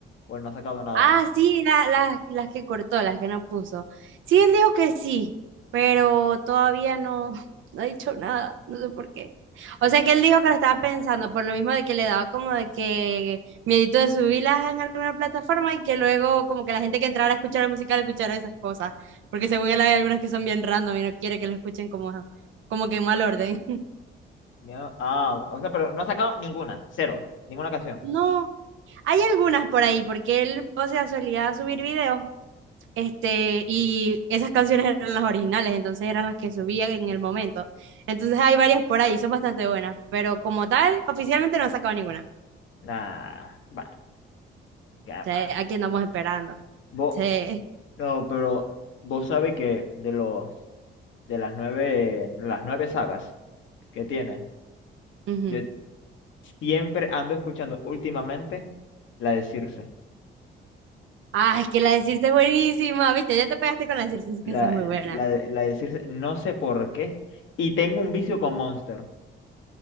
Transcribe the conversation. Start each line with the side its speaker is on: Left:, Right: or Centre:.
Left: Pues no ha sacado nada
Right: Ah,
Left: aún.
Right: sí, la- la- las que cortó, las que no puso. Sí, él dijo que sí, pero todavía no, <laughs> no ha dicho nada, no sé por qué. O sea que él dijo que lo estaba pensando, por lo mismo de que le daba como de que miedito de subirlas en alguna plataforma y que luego como que la gente que entrara a escuchar la música le escuchara esas cosas, porque según él hay algunas que son bien random y no quiere que lo escuchen como, como que en mal orden. <laughs>
Left: Ya- Ah, o sea, pero no ha sacado ninguna, cero, ninguna canción.
Right: No, hay algunas por ahí, porque él, o sea, solía subir videos Este, y esas canciones eran las originales, entonces eran las que subían en el momento. Entonces hay varias por ahí, son bastante buenas, pero como tal, oficialmente no ha sacado ninguna.
Left: Nah, bueno, qué
Right: Sí,
Left: va.
Right: aquí andamos esperando.
Left: Vos,
Right: Sí.
Left: no, pero vos sabés que de los, de las nueve, las nueve sagas que tiene,
Right: <laughs> ujú.
Left: yo siempre ando escuchando últimamente la de Circe.
Right: Ah, es que la de Circe es buenísima, viste, ya te pegaste con la de Circe, es
Left: La,
Right: que esa es muy
Left: la,
Right: buena.
Left: de- la de Circe, no sé por qué. Y tengo un vicio con Monster.